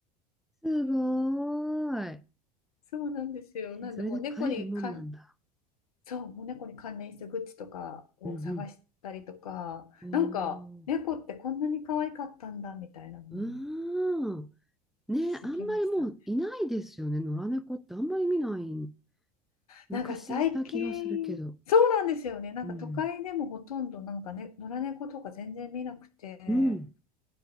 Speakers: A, in the centre; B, on the left.
A: すごーい。
B: そうなんですよ。なんでもう猫にか
A: えそれで飼えるもんなんだ。
B: そう、もう猫に関連したグッズとかを探したりとか、
A: うんうん。
B: なんか猫ってこんなに可愛かったんだみたいなのに
A: おお、うーん。ね、
B: 気づきましたね。
A: あんまりもういないですよね。野良猫ってあんまり見ない。昔いた気がするけど。
B: なんか最近、そうなんですよね。なんか都会でもほとんどなんかね、
A: うん。
B: 野良猫とか全然見なくて、
A: うん。